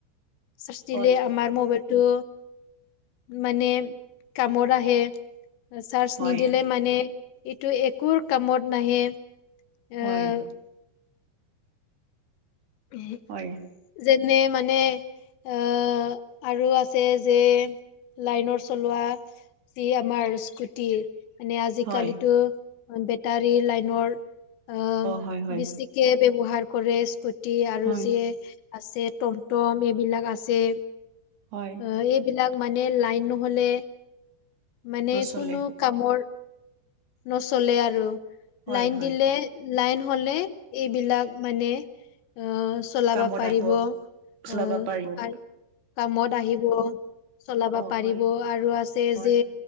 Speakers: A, on the left; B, on the right.
A: চাৰ্চ দিলে
B: হয়
A: আমাৰ মোবাইল টো মানে কামৰ আহে চাৰ্জ
B: হয়
A: নিদিলে মানে এইটো একোৰ কামত নাহে
B: হয়।
A: আহ <unintelligible>
B: হয়
A: যেনে মানে আহ, আৰু আছে যে লাইনৰ চলোৱা যি আমাৰ স্কুটি মানে আজিকালিতো
B: হয়
A: বেটাৰী লাইনৰ অ,
B: হয় হয়
A: বেছি কে ব্যৱহাৰ কৰে স্কুটি আৰু
B: হয়
A: যিয়ে আছে টমটম এইবিলাক আছে
B: হয়।
A: অ, এইবিলাক মানে লাইন নহ'লে মানে
B: নচলে
A: কোনো কামৰ নচলে আৰু
B: হয়
A: লাইন
B: হয়
A: দিলে লাইন হলে এইবিলাক মানে অ চু চলাব
B: কামত
A: পাৰিব,
B: আহিব
A: আৰু
B: চলাব পাৰিব
A: আ কামত আহিব, চলাব
B: অ
A: পাৰিব
B: হয়
A: আৰু আছে
B: হয়
A: যে